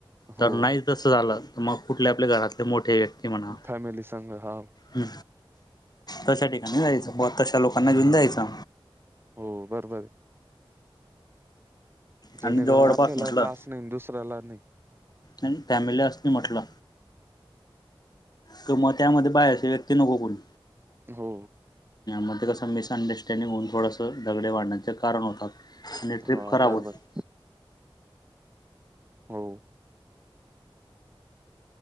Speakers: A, on the right; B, on the left.
A: हो
B: तर नाही झालं तर मग कुठल्या आपल्या घरातले मोठे व्यक्ती म्हणा
A: फॅमिली संग हा
B: ह् तशा ठिकाणी जायचं ब तशा लोकांना घेऊन जायचं
A: हो बरोबरय जेणेकरून
B: आणि जवळपास
A: आपल्याला
B: म्हटलं
A: त्रास नाही दुसऱ्याला नाही
B: आणि फॅमिली अस मी म्हटलं क मग त्यामध्ये बाहेरशी व्यक्ती नको कोण
A: हो
B: मग ते कसं मिसअंडरस्टँडिंग होऊन थोडंसं दगडे वाढण्याचें कारण होतात आणि ट्रिप
A: हो
B: खराब
A: बरोबर
B: होते.
A: हो.